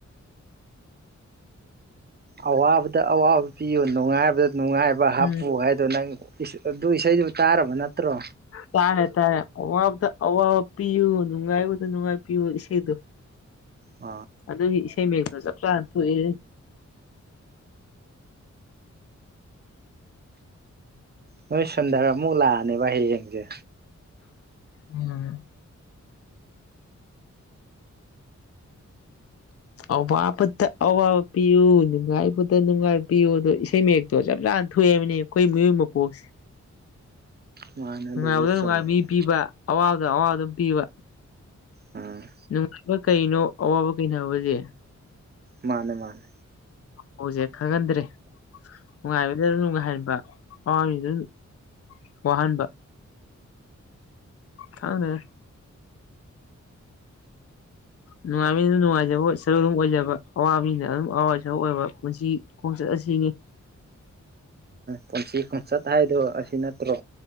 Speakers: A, on the right; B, on the left.
A: ꯑꯋꯥꯕꯗ ꯑꯋꯥꯕ ꯄꯤꯌꯨ ꯅꯨꯡꯉꯥꯏꯕꯗ ꯅꯨꯡꯉꯥꯏꯕ ꯍꯥꯞꯄꯨ
B: ꯎꯝ
A: ꯍꯥꯏ ꯑꯗꯨꯗ ꯅꯪ ꯑꯗꯨ ꯏꯁꯩꯗꯨ ꯇꯥꯔꯕ ꯅꯠꯇ꯭ꯔꯣ
B: ꯇꯥꯔꯦ ꯇꯥꯔꯦ ꯑꯋꯥꯕꯗ ꯑꯋꯥꯕ ꯄꯤꯌꯨ ꯅꯨꯡꯉꯥꯏꯕꯗ ꯅꯨꯡꯉꯥꯏ ꯄꯌꯨ ꯏꯁꯩꯗꯣ
A: ꯑ
B: ꯑꯗꯨ ꯏꯁꯩ ꯃꯌꯦꯛꯇꯣ ꯆꯞ ꯆꯥꯅ ꯊꯣꯛꯑꯦ
A: ꯅꯣꯏ ꯁꯨꯟꯗꯔ ꯑꯃꯨꯛ ꯂꯑꯅꯤꯕ ꯍꯌꯦꯡꯖꯦ
B: ꯎꯝ ꯑꯋꯥꯕꯠꯇ ꯑꯋꯥꯕ ꯄꯤꯌꯨ ꯅꯨꯡꯉꯥꯏꯕꯗ ꯅꯨꯡꯉꯥꯏꯕ ꯄꯤꯌꯨ ꯑꯗꯣ ꯏꯁꯩ ꯃꯛꯇꯣ ꯆꯞ ꯆꯥꯅ ꯊꯣꯛꯑꯦꯕꯅꯦꯕ ꯑꯩꯈꯣꯏ ꯃꯤꯑꯣꯏ ꯃꯄꯣꯛꯁꯤ
A: ꯃꯥꯅꯦ
B: ꯅꯨꯡꯉꯥꯏꯕꯗ
A: ꯑꯗꯨꯕꯨꯗꯤ
B: ꯅꯨꯡꯉꯥꯏꯕ
A: ꯆꯨꯝꯃꯦꯗ
B: ꯃꯤ ꯄꯤꯕ ꯑꯋꯥꯕꯗ ꯑꯋꯥꯕ ꯑꯗꯨꯝ ꯄꯤꯕ
A: ꯎꯝ
B: ꯅꯨꯡꯉꯥꯏꯕ ꯀꯩꯅꯣ ꯑꯋꯥꯕ ꯀꯩꯅꯣ ꯍꯥꯏꯕꯖꯦ
A: ꯃꯥꯅꯦ ꯃꯥꯅꯦ
B: ꯍꯧꯖꯦ ꯈꯪꯍꯟꯗ꯭ꯔꯦ ꯅꯨꯡꯉꯥꯏꯕꯗ ꯅꯨꯡꯉꯥꯏꯍꯟꯕ ꯑꯋꯥꯕꯖꯤꯗ ꯑꯗꯨꯝ ꯋꯥꯍꯟꯕ ꯈꯪꯗꯦꯍꯦ ꯅꯨꯡꯉꯥꯏꯕꯅꯤꯗ ꯅꯨꯡꯉꯥꯏꯖꯕ ꯁꯔꯨꯛ ꯑꯗꯨꯝ ꯑꯣꯏꯖꯕ ꯑꯋꯥ ꯃꯤꯅ ꯑꯗꯨꯝ ꯑꯋꯥꯏ ꯁꯔꯨꯛ ꯑꯣꯏꯕ ꯄꯨꯟꯁꯤ ꯈꯣꯡꯆꯠ ꯑꯁꯤ
A: ꯄꯨꯟꯁꯤ ꯈꯣꯡꯆꯠ ꯍꯥꯏꯗꯣ ꯑꯁꯤ ꯅꯠꯇ꯭ꯔꯣ